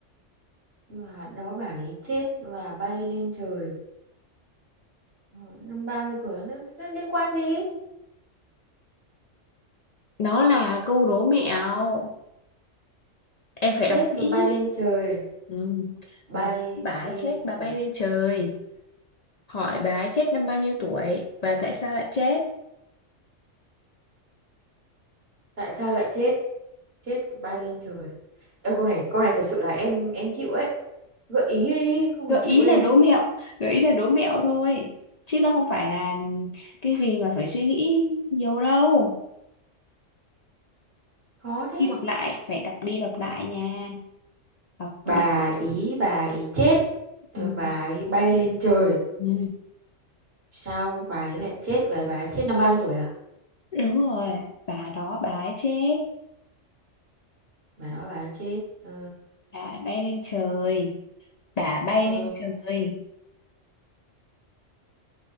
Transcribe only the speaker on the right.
mà đó bà ấy chết và bay lên trời Ờ, năm 30 tuổi nó, nó liên quan gì
chết
và
bay lên trời
bay
lên
trời
tại sao lại chết chết và bay lên trời Ê, câu này câu này thật sự là em em chịu ấy gợi ý đi không mà
chịu
đây
này
khó thế
bà
ý bà ý chết ờ,
bà ấy bay lên trời
sao bà ấy lại chết và bà ấy chết năm bao nhiêu tuổi à
bà đó bà ấy chết ờ,
ờ,